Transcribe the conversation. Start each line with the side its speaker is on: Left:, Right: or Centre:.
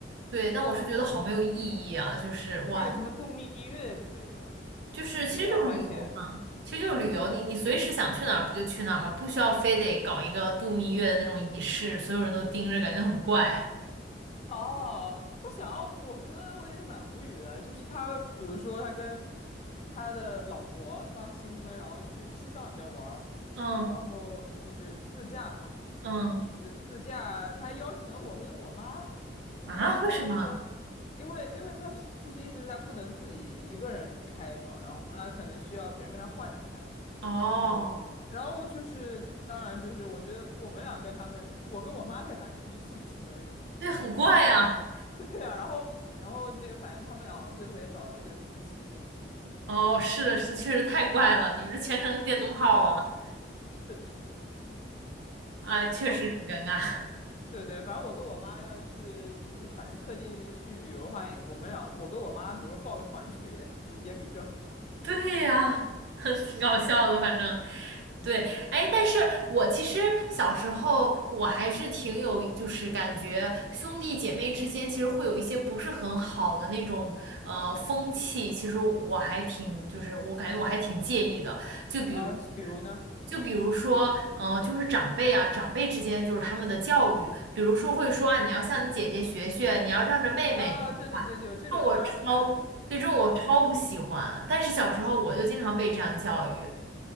Right: 对，但我是觉得好没有意义啊，就是哇，
Left: 还有什么度蜜月之类的，
Right: 就是其实就是旅游嘛，
Left: 就是也要花钱。
Right: 其实就是旅游，你你随时想去哪儿不就去哪儿嘛，不需要非得搞一个度蜜月的那种仪式，所有人都盯着，感觉很怪。
Left: 哦，我想要我哥，我也蛮无语的，就是他，比如说他跟他的老婆刚新婚，然后去西藏那边玩儿，
Right: 嗯
Left: 然后就是自驾嘛。
Right: 嗯，
Left: 就是自驾，他还邀请了我跟我妈，
Right: 啊，
Left: <laughs> 然后那个，
Right: 为什么？
Left: 因为因为他是就是意思是他不能自己一个人开嘛，然后他可能需要别人跟他换着开，
Right: 哦，
Left: 然后然后就是当然就是我觉得我们俩跟他们，我跟我妈跟他去是算什么
Right: 对，很怪呀、
Left: 那个？<laughs> 对啊，然后然后那个反正他们俩好像最后也找了一对夫妻这样，
Right: 哦，是的，是，确实太怪了，你们这全程电灯泡啊，
Left: <laughs> 确实。
Right: 哎，确实很尴尬。
Left: 哦，对对，反正我跟我妈要是就是反正特地去旅游的话，我们俩我跟我妈，比如说报个团去，也比这好。
Right: <laughs> 对呀，
Left: <laughs>
Right: <laughs> 挺搞笑的，反正
Left: 嗯，
Right: 对，哎，但是我其实小时候我还是挺有，就是感觉兄弟姐妹之间其实会有一些不是很好的那种呃风气，其实我还挺，就是我感觉我还挺介意的，就比如。
Left: 啊，比如呢？
Right: 就比如说，嗯，呃就是长辈啊，长辈之间就是他们的教育，比如说会说啊，你要向你姐姐学学，你要让着妹妹这种话，
Left: 啊，对对对，有这种拉踩，
Right: 超，
Left: 这种拉踩
Right: 对，这种我超不喜欢。但是小时候我就经常被这样教育，